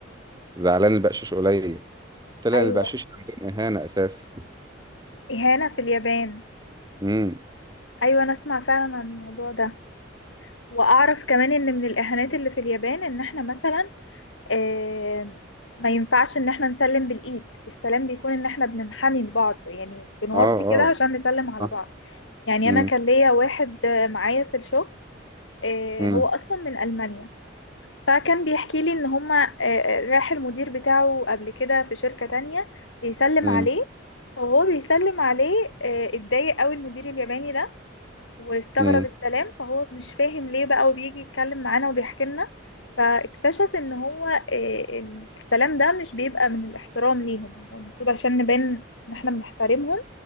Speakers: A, on the right; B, on the left.
A: زعلان البقشيش قليل طلع
B: ايوه
A: البقشيش عندهم اهانه اساسا
B: اهانة في اليابان
A: امم
B: ايوه انا اسمع فعلا عن الموضوع ده واعرف كمان ان من الاهانات اللي في اليابان ان احنا مثلا آه، ما ينفعش ان احنا نسلم بالايد السلام بيكون ان احنا بننحني لبعض يعني بنوطي
A: اه
B: كده
A: اه
B: عشان نسلم على
A: صح.
B: بعض يعني
A: امم
B: انا كان ليا واحد آه، معايا في الشغل آه،
A: امم
B: هو اصلا من المانيا فكان بيحكي لي ان هما آه، راح المدير بتاعه قبل كده في شركة تانية بيسلم
A: امم
B: عليه فهو بيسلم عليه آه، اتضايق قوي المدير الياباني ده واستغرب
A: امم
B: السلام فهو مش فاهم ليه بقى وبيجي يتكلم معانا وبيحكي لنا فاكتشف ان هو آه، إن السلام ده مش بيبقى من الاحترام ليهم هو المفروض عشان نبان ان احنا بنحترمهم